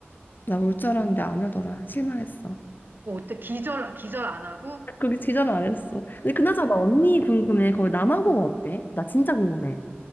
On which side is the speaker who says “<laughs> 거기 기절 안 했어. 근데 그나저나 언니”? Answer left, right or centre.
Left